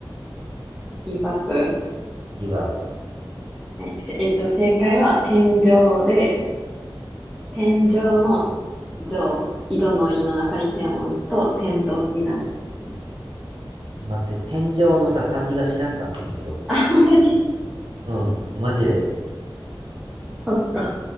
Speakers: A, in the centre; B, on the right.
A: ギブアップ。
B: ギブアップ。
A: はい。せえっと、正解は天井で、天井の上、井戸の井の中に点を打つと天丼になるっていう。
B: 待って、天井のさ、漢字が知らんかってんけど。
A: <laughs> ほんまに
B: うん、マジで。
A: そっか。